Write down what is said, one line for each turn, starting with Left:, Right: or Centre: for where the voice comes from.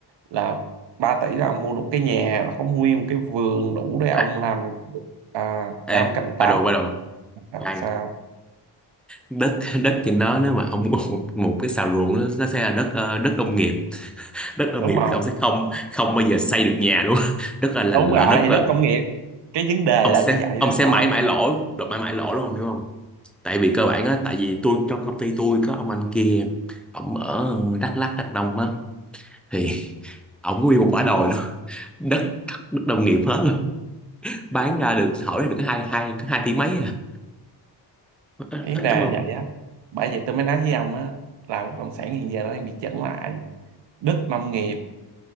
Right: là 3 tỷ là ông mua được cái nhà là có nguyên một cái vườn đủ để
Centre: à,
Right: ông làm à, để
Centre: ê
Right: ông canh
Centre: ba
Right: tác
Centre: đồ ba đồ
Right: hoặc
Centre: khoan
Right: sao
Centre: đất đất trên đó nếu mà ông một, một cái xào ruộng nó, nó sẽ là đất ờ, đất nông nghiệp đất nông
Right: đúng
Centre: nghiệp
Right: rồi
Centre: thì ông sẽ không không bao giờ xây được nhà luôn <laughs> đất là là,
Right: đúng
Centre: là
Right: rồi
Centre: đất
Right: thì
Centre: là
Right: đất công nghiệp cái vấn đề
Centre: ông
Right: là như
Centre: sẽ
Right: vậy
Centre: ông
Right: đó
Centre: sẽ
Right: thôi
Centre: mãi mãi lỗ được mãi mãi lỗ luôn ông hiểu không tại vì cơ bản á tại vì tôi trong công ty tôi có ông anh kia ông ở Đắk Lắk Đắk Nông á thì ông nguyên một quả đồi luôn <laughs> đất đất nông nghiệp hết luôn bán ra được hỏi ra được cái hai hai cái hai tỷ mấy à ít,
Right: cái vấn
Centre: ít
Right: đề
Centre: đúng không
Right: là vậy á bởi vậy tôi mới nói với ông á là bất động sản hiện giờ nó đang bị chững lại đất nông nghiệp